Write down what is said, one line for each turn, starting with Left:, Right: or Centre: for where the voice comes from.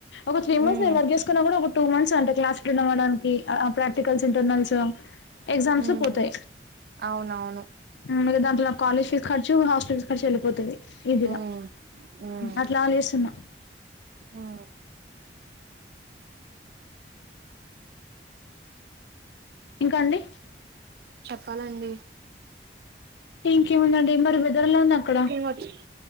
Left: ఒక త్రీ మంత్స్
Right: ఉమ్
Left: నే వర్క్ చేసు కూడా ఒక టూ మంత్స్ అంటే క్లాస్ ఇవ్వడానికి ప్రాక్టికల్స్ ఇంటర్నల్స్ ఎగ్జామ్స్
Right: ఉమ్
Left: పోతాయి
Right: అవునవును
Left: ఊ ఇగ దాంట్లో నా కాలజ్ ఫీస్ ఖర్చు హస్టల్ ఫీస్ ఖర్చు వెళ్లిపోతయ్ ఈజిగా
Right: ఉమ్ ఉమ్
Left: అట్లా లేస్తున్నా
Right: ఉమ్
Left: ఇంకా అండి
Right: చెప్పాలండి
Left: ఇంకేముందండి మరి వెదరెల ఉంది అక్కడ
Right: మొచ్